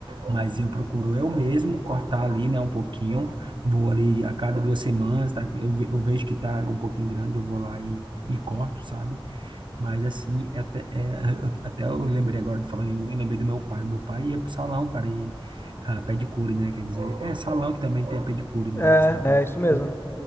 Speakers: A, on the right; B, on the left.
A: Mas eu procuro eu mesmo cortar ali, né, um pouquinho. Vou ali a cada duas semanas, tá? Eu, ve- eu vejo que tá um pouquinho grande, eu vou lá e, e corto, sabe? Mas assim, é até, é, eu- até eu lembrei agora de falar em unha, lembrei do meu pai. O meu pai ia pro salão, cara, e ah, pedicure, né? Quer dizer, é salão que também tem a pedicure, mas
B: É,
A: na pedicure
B: é isso mesmo.